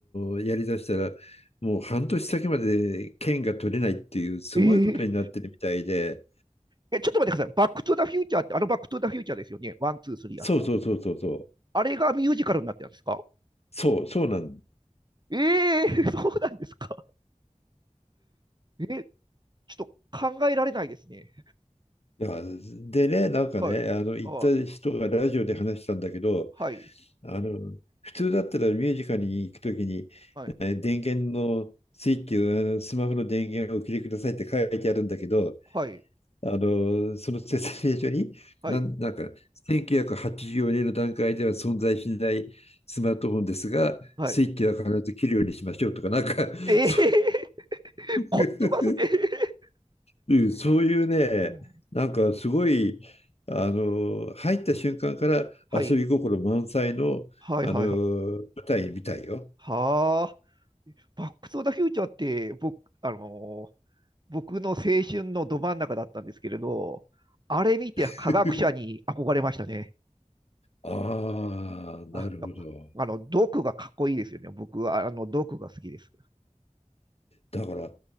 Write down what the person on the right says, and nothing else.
えー、え、ちょっと待ってください。バックトゥザフューチャーって、あのバックトゥザフューチャーですよね。ワン、ツー、スリーあった。
あれがミュージカルになってるんですか
ええー、<laughs> そうなんですか。え、ちょっと考えられないですね。
はい。
あ、はい。
はい。
はい。
はい。
はい。
ええー、
<laughs> 凝ってますね。
うん、
はい。はいはいはい。
はあ。バックトゥザフューチャーって、僕、あの僕の青春のど真ん中だったんですけれど、あれ見て科学者に憧れましたね。
あ、あの、毒がかっこいいですよね。僕は、あの、毒が好きです。